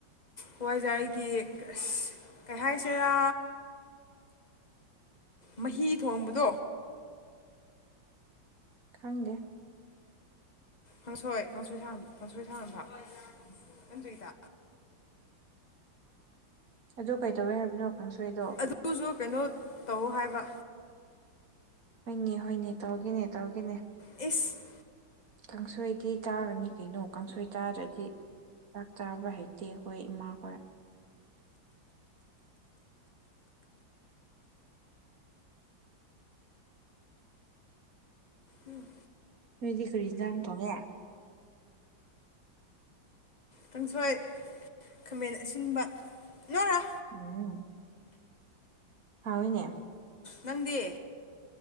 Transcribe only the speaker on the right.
ꯈꯪꯗꯦ
ꯑꯗꯨ ꯀꯩꯗꯧꯋꯦ ꯍꯥꯏꯕꯅꯣ ꯀꯥꯡꯁꯣꯏꯗꯣ
ꯍꯣꯏꯅꯦ ꯍꯣꯏꯅꯦ ꯇꯧꯒꯅꯦ ꯇꯧꯒꯤꯅꯦ
ꯀꯥꯡꯁꯣꯏꯗꯤ ꯇꯥꯒꯅꯤ ꯀꯩꯅꯣ ꯀꯥꯡꯁꯣꯏ ꯇꯥꯗ꯭ꯔꯗꯤ ꯆꯥꯛ ꯆꯥꯕ ꯍꯩꯇꯦ ꯑꯩꯈꯣꯏ ꯏꯃꯥ ꯍꯣꯏ
ꯅꯣꯏꯗꯤ ꯀꯔꯤ ꯆꯥꯡ ꯊꯣꯡꯉꯦ
ꯎꯝ ꯐꯥꯎꯅꯦ